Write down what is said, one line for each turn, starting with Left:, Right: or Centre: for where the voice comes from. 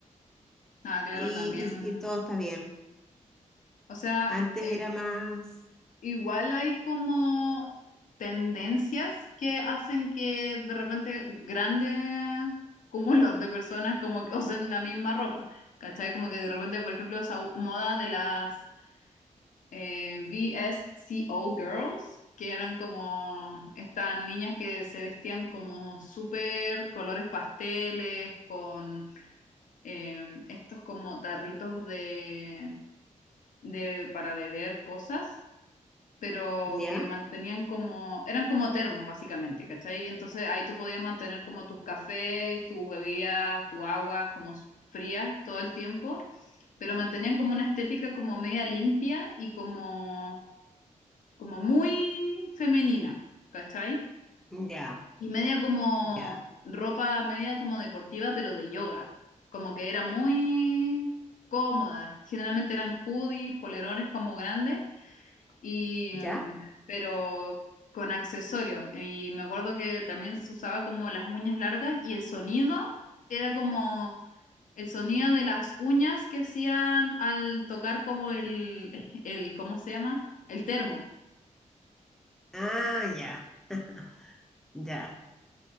Left: Ah, claro,
Centre: Y,
Left: también.
Centre: y- y todo está bien.
Left: O sea,
Centre: Antes
Left: eh,
Centre: era más,
Left: igual hay como tendencias que hacen que de repente grandes cúmulos de personas como que usen la misma ropa. ¿Cachai? Como que de repente, por ejemplo, esa moda de las eh, VSCO Girls, que eran como estas niñas que se vestían como súper colores pasteles, con eh, estos como tarritos de, de para beber cosas, pero
Centre: ¿ya?
Left: que mantenían como, eran como termos básicamente, ¿cachai? Entonces ahí tú podías mantener como tus cafés, tus bebidas, tu agua como frías todo el tiempo. Pero mantenían como una estética como media limpia y como como muy femenina, ¿cachai?
Centre: Ya,
Left: Y media como
Centre: ya,
Left: ropa, media como deportiva, pero de yoga. Como que era muy cómoda. Generalmente eran hoodies, polerones como grandes, y,
Centre: ya.
Left: em, pero con accesorios. Y me acuerdo que también se usaba como las uñas largas y el sonido era como el sonido de las uñas que hacían al tocar como el, el, ¿cómo se llama? El termo.
Centre: Ah, ya, <laughs> ya,